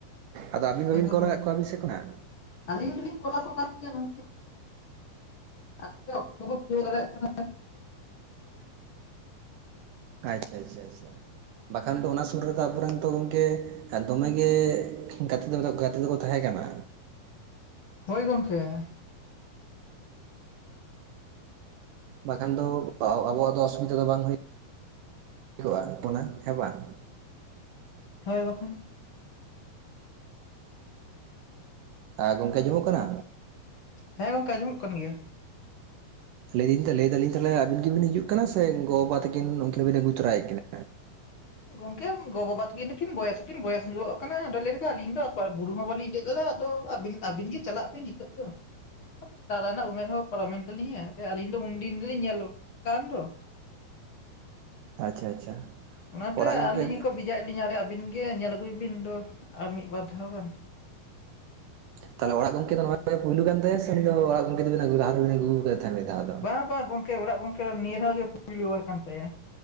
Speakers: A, on the right; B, on the left.
A: ᱟᱫᱚ ᱟᱹᱵᱤᱱ
B: ᱜᱟᱛᱮ
A: ᱵᱟᱹᱵᱤᱱ
B: ᱠᱚᱫᱚ
A: ᱠᱚᱞ ᱟᱠᱟᱫ ᱠᱚᱣᱟ ᱟᱹᱵᱤᱱ ᱥᱮᱫ ᱠᱷᱚᱱᱟᱜ
B: ᱟᱹᱞᱤᱧ ᱫᱚᱸᱞᱤᱧ ᱠᱚᱞ ᱟᱠᱚ ᱠᱟᱱᱟ ᱜᱮᱭᱟ ᱜᱚᱢᱠᱮ ᱟᱠᱚ ᱚᱠᱛᱚ ᱵᱟᱠᱚ ᱠᱩᱲᱟᱹᱣ ᱫᱟᱲᱮᱭᱟᱜ ᱠᱟᱱᱟ
A: ᱟᱪᱪᱷᱟ ᱟᱪᱪᱷᱟ ᱟᱪᱪᱷᱟ ᱵᱟᱠᱷᱟᱱ ᱫᱚ ᱚᱱᱟ ᱥᱩᱨ ᱨᱮᱫᱚ ᱟᱵᱚᱨᱮᱱᱛᱚ ᱜᱚᱢᱠᱮ ᱫᱚᱢᱮᱜᱮ ᱜᱟᱛᱮ ᱫᱚ ᱜᱟᱛᱮ ᱫᱚᱠᱚ ᱛᱟᱦᱮᱸ ᱠᱟᱱᱟ
B: ᱦᱳᱭ ᱜᱚᱢᱠᱮ
A: ᱵᱟᱠᱷᱟᱱ ᱫᱚ ᱟᱵᱚᱣᱟᱜ ᱫᱚ ᱚᱥᱩᱵᱤᱫᱟ ᱫᱚ ᱵᱟᱝ ᱦᱩᱭ ᱦᱩᱭ ᱠᱚᱜᱼᱟ ᱚᱱᱟ ᱦᱮᱸ ᱵᱟᱝ
B: ᱦᱩᱭ ᱵᱟᱠᱷᱟᱱ
A: ᱟᱨ ᱜᱚᱝᱠᱮ ᱟᱸᱡᱚᱢᱚᱜ ᱠᱟᱱᱟ
B: ᱦᱮᱸ ᱜᱚᱝᱠᱮ ᱟᱸᱡᱚᱢᱚᱜ ᱠᱟᱱ ᱜᱮᱭᱟ
A: ᱞᱟᱹᱭᱫᱤᱧ ᱞᱟᱹᱭ ᱫᱟᱞᱤᱧ ᱟᱵᱤᱱ ᱜᱮᱵᱤᱱ ᱦᱤᱡᱩᱜ ᱠᱟᱱᱟ ᱥᱮ ᱜᱚ ᱵᱟᱵᱟ ᱛᱟᱹᱠᱤᱱ ᱩᱱᱠᱤᱱᱵᱤᱱ ᱟᱹᱜᱩ ᱛᱚᱨᱟᱭᱮᱫ ᱠᱤᱱᱟ
B: ᱜᱚᱝᱠᱮ ᱜᱚ ᱵᱟᱵᱟ ᱛᱟᱠᱤᱱᱠᱤᱱ ᱵᱚᱭᱮᱥᱠᱤᱱ ᱵᱚᱭᱮᱥ ᱧᱚᱜ ᱠᱟᱱᱟ ᱟᱫᱚ ᱞᱟᱹᱭ ᱫᱟᱠᱤᱱ ᱟᱹᱞᱤᱧ ᱫᱚ ᱵᱩᱨᱩ ᱢᱟ ᱵᱟᱞᱤᱧ ᱫᱮᱡ ᱫᱟᱲᱮᱜᱼᱟ ᱾ ᱟᱫᱚ ᱟᱹᱵᱤᱱ ᱟᱹᱵᱤᱱ ᱜᱮ ᱪᱟᱞᱟᱜ ᱵᱤᱱ ᱱᱤᱛᱚᱜ ᱫᱚ
A: <inaudible>
B: ᱫᱟᱬᱟ ᱨᱮᱱᱟᱜ ᱩᱢᱮᱨ ᱦᱚᱸ ᱯᱟᱨᱚᱢᱮᱱ ᱛᱟᱹᱞᱤᱧᱟ ᱟᱹᱞᱤᱧ ᱫᱚ ᱩᱱᱰᱤᱱ ᱨᱮᱞᱤᱧ ᱧᱮᱞ ᱠᱟᱱᱦᱚᱸ
A: ᱟᱪᱪᱷᱟ ᱟᱪᱪᱷᱟ
B: ᱚᱱᱟᱛᱮ
A: ᱚᱲᱟᱜ ᱜᱚᱢᱠᱮ
B: ᱟᱹᱞᱤᱧ ᱦᱚᱸᱠᱚ ᱵᱷᱮᱡᱟᱭᱮᱫ ᱞᱤᱧᱟᱹ ᱟᱹᱵᱤᱱ ᱜᱮ ᱧᱮᱞ ᱟᱹᱜᱩᱭ ᱵᱤᱱ ᱫᱚ ᱟᱨ ᱢᱤᱫ ᱵᱟᱨ ᱫᱷᱟᱣ ᱜᱟᱱ
A: ᱛᱟᱦᱚᱞᱮ ᱚᱲᱟᱜ ᱜᱚᱢᱠᱮ ᱱᱚᱣᱟ ᱯᱳᱭᱞᱩ ᱠᱟᱱ ᱛᱟᱦᱮᱸᱟ ᱥᱮ ᱫᱚ ᱜᱚᱢᱠᱮ ᱫᱚᱵᱤᱱ ᱞᱟᱦᱟ ᱟᱹᱜᱩ ᱟᱠᱟᱫ ᱛᱟᱦᱮᱸᱫ ᱢᱤᱫ ᱫᱷᱟᱣ ᱫᱚ
B: ᱵᱟᱝ ᱵᱟᱝ ᱜᱚᱝᱠᱮ ᱚᱲᱟᱜ ᱜᱚᱝᱠᱮ ᱫᱚ ᱱᱤᱭᱟᱹ ᱫᱷᱟᱣ ᱜᱮ ᱯᱩᱭᱞᱩ ᱵᱟᱨ ᱠᱟᱱ ᱛᱟᱭᱟ